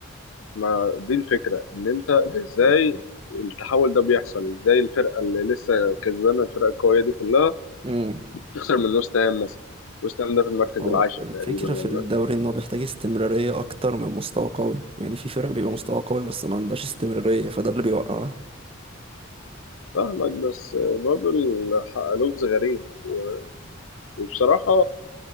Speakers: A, on the left; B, on the right.
A: ما دي الفكرة إن أنت إزاي التحول ده بيحصل إزاي الفرقة اللي لسه كسبانة الفرقة القوية دي كلها
B: مم.
A: تخسر من وست هام مثلا وست هام ده في المركز
B: هو
A: العاشر
B: الفكرة
A: تقريبا ولا
B: في الدوري
A: لا
B: إن هو بيحتاج استمرارية أكتر من مستوى قوي يعني في فرق بيبقى مستوى قوي بس ما عندهاش استمرارية فده اللي بيوقعها
A: فاهمك بس برضه الحق- لغز غريب و- وبصراحة